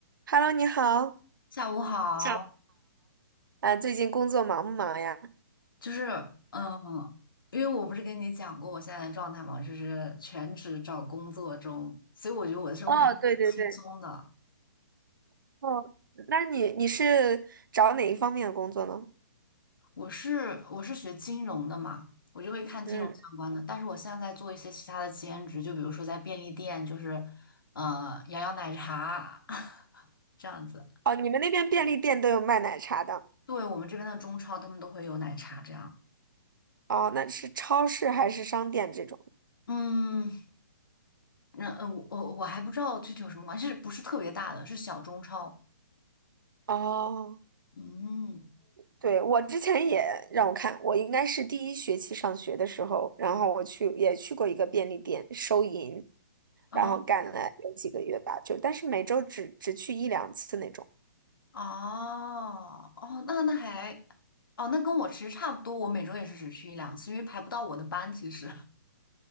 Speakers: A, on the right; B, on the left.
A: Hello，你好，
B: 下午好，
A: 小啊，最近工作忙不忙呀？
B: 就是嗯，因为我不是跟你讲过我现在的状态嘛，就是全职找工作中，所以我觉得我的生活还挺轻松的。
A: 哦，对对对，哦，那你你是找哪一方面的工作呢？
B: 我是我是学金融的嘛，我就会看金融相关的，
A: 嗯，
B: 但是我现在在做一些其他的兼职，就比如说在便利店，就是呃摇摇奶茶 <laughs> 这样子。
A: 哦，你们那边便利店都有卖奶茶的。
B: 对，我们这边的中超他们都会有奶茶这样。
A: 哦，那是超市还是商店这种？
B: 嗯，那呃我我我还不知道具体有什么关系，是不是特别大的，是小中超。
A: 哦，
B: 嗯。
A: 对，我之前也让我看，我应该是第一学期上学的时候，然后我去也去过一个便利店收银，
B: 哦
A: 然后干了有几个月吧，就但是每周只只去一两次那种，
B: 哦哦，那那还哦，那跟我其实差不多，我每周也是只去一两次，因为排不到我的班。其实